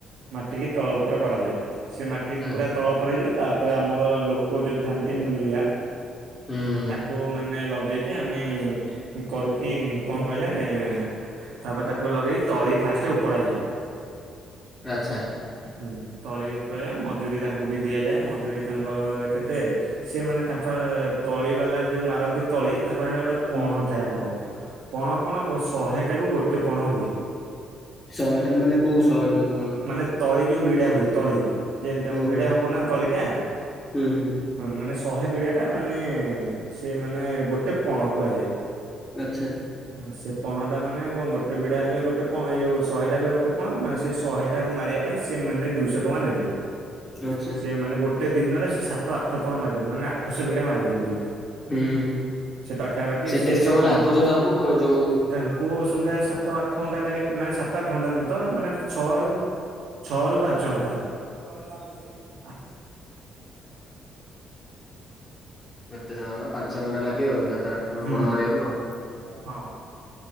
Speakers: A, on the right (about 80°); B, on the left (about 15°).
A: ମାଟି କିି ତଳ ଉପର କରାଯାଏ ସେ ମାଟି
B: ହୁଁ
A: ପୁରା ତଳ ଉପର ହେଇଯିବ ତା ତାପରେ ଆମର ଲୋକ ଯୋଉ ଥାନ୍ତି ମୁଲିଆ
B: ହୁଁ
A: ତାକୁ ମାନେ ଲଗେଇ କି ଆମେ କରୁ କିି କଣ କହିଲେ ଏ-ଏ ତାପରେ ତାକୁ ଲଗେଇ ତଳି ଫାଷ୍ଟ ଉପଡା ଯାଏ।
B: ଆଚ୍ଛା।
A: ହୁଁ ତଳି ଉପରେ ମଜୁରୀ ତାଙ୍କୁ ବି ଦିଆଯାଏ ମଜୁରୀ ତାଙ୍କ କେତେ ସେମାନେ ତାଙ୍କର ତଳି ବାଲା ଯୋଉ ମାରନ୍ତି ତଳି ତାଙ୍କର ହେଲା ଗୋଟେ
B: ହୁଁ
A: ପଣ ଥାଏ ଆମର। ପଣ କଣ ଶହେ ଟାକୁ ଗୋଟେ ପଣ ହୁଏ।
B: ଶହେ ଟା ମାନେ କୋଉ ଶହେ ଟାକୁ କଣ?
A: ମାନେ ତଳି ଯୋଉ ବିଡା ହୁଏ ତଳି ଯେମିତି ଆମ
B: ଓହୋ
A: ବିଡା ହବ ନା ତଳି ଟା।
B: ହୁଁ ହୁଁ
A: ହଁ ମାନେ ଶହେ ବିଡା ଟା ମାନେ ସେ ମାନେ ଗୋଟେ ପଣ କୁହାଯାଏ।
B: ଆଚ୍ଛା।
A: ହୁଁ। ସେ ପଣ ଟା ମାନେ କଣ ଗୋଟେ ବିଡା ହେଲେ ଗୋଟେ ପ ଏଇଯୋଉ ଶହେଟା ହେଲେ ଗୋଟେ ପଣ ମାନେ ସେଇ ଶହେଟାକୁ ମାରିବା ପାଇଁ ସେମାନେ ଦୁଇଶହ ଟଙ୍କା ନେବେ।
B: ଆଚ୍ଛା।
A: ସେ ମାନେ ଗୋଟେ ଦିନରେ ସେ ସାତ ଆଠପଣ ମାରିନ୍ତି ମାନେ ଆଠଶ ବିଡା ମାରିଦିଅନ୍ତି।
B: ହୁଁ।
A: ସେ ପାଖାପାଖି ସେ
B: କେତେ
A: ସେ
B: ସମୟ
A: ପ
B: ଲାଗୁଥିବ ତାଙ୍କୁ ଯୋଉ
A: ତା କୁ ସନ୍ଧ୍ୟା ସାତ ଆଠ ଘଣ୍ଟା ଲାଗେ। ମାନେ ସାତ ଆଠ ଘଣ୍ଟା ନୁହୁଁ ତ ମାନେ ଛଅ ଛଅ ରୁ ପାଞ୍ଚ ଘଣ୍ଟା।
B: କେତେ ଜଣ ପାଞ୍ଚ ଘଣ୍ଟା ଲାଗେ ଆଉ। ସାତ ଆଠ ପଣ
A: ହୁଁ
B: ବଡ ମାରିବାକୁ ଆଉ।
A: ହଁ।